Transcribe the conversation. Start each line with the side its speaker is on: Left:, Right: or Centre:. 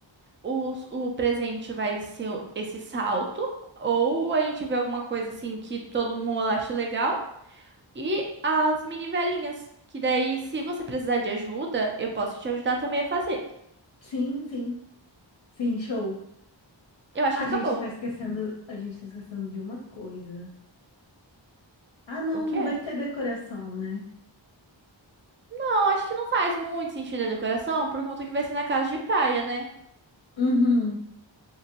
Right: O, o presente vai ser o- esse salto. Ou a gente vê alguma coisa assim que todo mundo acha legal. E as mini velinhas. Que daí, se você precisar de ajuda, eu posso te ajudar também a fazer.
Left: Sim, sim. Sim, show.
Right: Eu acho
Left: A
Right: que acabou.
Left: gente tá esquecendo, a gente tá esquecendo de uma coisa. Ah, não,
Right: O quê?
Left: não vai ter decoração, né?
Right: Não, acho que não faz muito sentido a decoração, por conta que vai ser na casa de praia, né?
Left: Uhum,